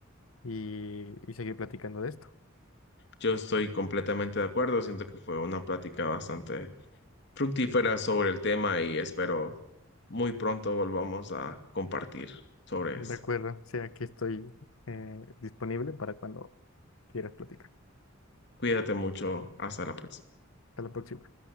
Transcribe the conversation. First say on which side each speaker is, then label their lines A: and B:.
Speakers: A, on the left (about 85°); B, on the left (about 55°).
A: y, y seguir platicando de esto.
B: Yo estoy completamente de acuerdo, siento que fue una plática bastante fructífera sobre el tema y espero muy pronto volvamos a compartir sobre
A: De
B: esto.
A: acuerdo, o sea, aquí estoy eh, disponible para cuando quieras platicar.
B: Cuídate mucho, hasta la próxima.
A: Hasta la próxima.